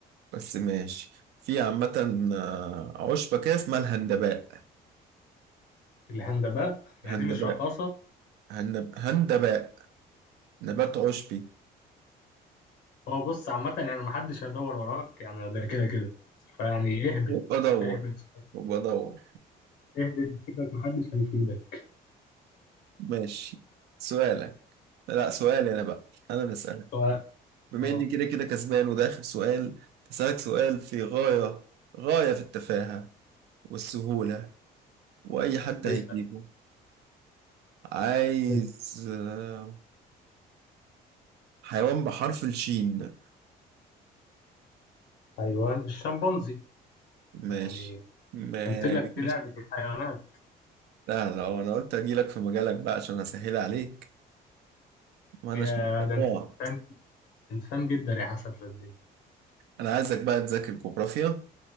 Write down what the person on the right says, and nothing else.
بس ماشي في عامة آه، عشبة كده اسمها الهندباء
هندباء
هندب... هندباء نبات عشبي
وبدور
وبدور
ماشي سؤالك لا سؤالي انا بقى انا اللي اسالك
بما
اني كده كده كسبان وده اخر سؤال هسألك سؤال في غاية غاية في التفاهة والسهولة واي حد هيجيبه
عايز
آه، حيوان بحرف الشين
ماشي
ماشي
لا لا هو انا قلت اجيلك في مجالك بقى عشان اسهل عليك ما اناش
اه
انا عايزك بقى تذاكر جغرافيا